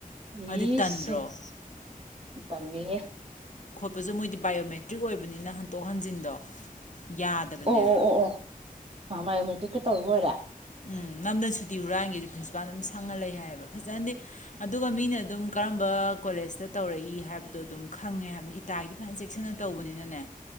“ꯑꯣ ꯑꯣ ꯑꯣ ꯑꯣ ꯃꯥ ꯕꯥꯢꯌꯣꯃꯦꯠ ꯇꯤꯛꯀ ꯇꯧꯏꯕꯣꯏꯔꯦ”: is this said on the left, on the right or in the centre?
Right